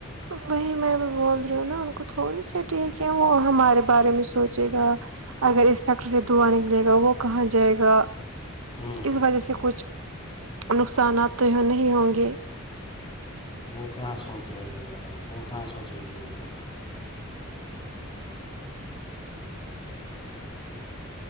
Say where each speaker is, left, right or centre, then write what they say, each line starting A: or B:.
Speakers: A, on the right; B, on the left.
A: وہی میں بھی بول رہی ہوں نا ان کو تھوڑی چٹی ہے کہ وہ ہمارے بارے میں سوچے گا اگر اس فیکٹری سے دھواں نکلے گا وہ کہاں جائے گا
B: ہوں
A: اس وجہ سے کچھ نقصانات تو یہاں نہیں ہوں گے
B: وہ کہاں سوچ گا یہ والا وہ کہاں سوچیں گے یہ بات